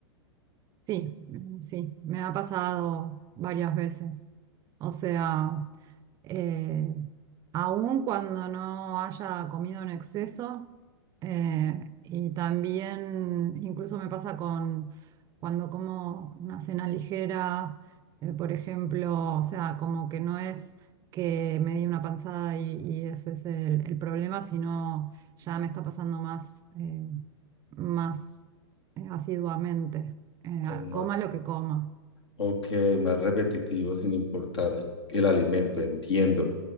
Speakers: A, on the right; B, on the left.
A: Sí, mm, sí, me ha pasado varias veces. O sea, eh, aun cuando no haya comido en exceso. eh, y también incluso me pasa con cuando como una cena ligera, eh, por ejemplo, o sea, como que no es que me di una panzada y, y ese es el, el problema, sino ya me está pasando más, eh, más eh, asiduamente. Eh,
B: Con más.
A: coma lo que coma.
B: Ok, más repetitivo sin importar el alimento, entiendo.